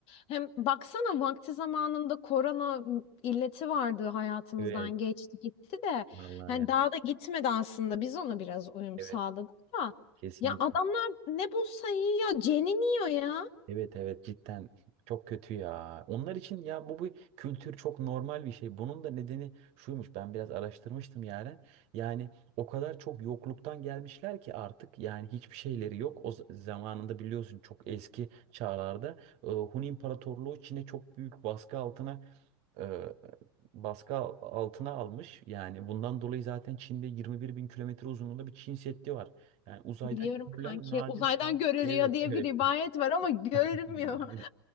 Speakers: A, on the left (about 50°); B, on the right (about 55°).
A: Hem baksana vakti zamanında korona illeti vardı hayatımızdan
B: Evet
A: geçti gitti de.
B: vallahi
A: Yani
B: ya
A: daha da gitmedi aslında. Biz ona biraz uyum
B: evet
A: sağladık da.
B: kesinlikle.
A: Ya adamlar ne bulsa yiyor, ceniniyor ya.
B: Evet evet cidden çok kötü ya. Onlar için ya bu bu kültür çok normal bir şey. Bunun da nedeni şuymuş. Ben biraz araştırmıştım yani. Yani o kadar çok yokluktan gelmişler ki artık yani hiçbir şeyleri yok. O z- zamanında biliyorsun çok eski çağlarda e, Hun İmparatorluğu Çin'e çok büyük baskı altına e, baskı al- altına almış. Yani bundan dolayı zaten Çin'de 21 bin kilometre uzunluğunda bir Çin Seddi var. Yani uzaydan
A: Biliyorum
B: görülen
A: kanki
B: nadir
A: uzaydan
B: şey.
A: görülüyor
B: Evet
A: diye
B: evet.
A: bir rivayet var ama görülmüyor.
B: <laughs> Aynen, aynen.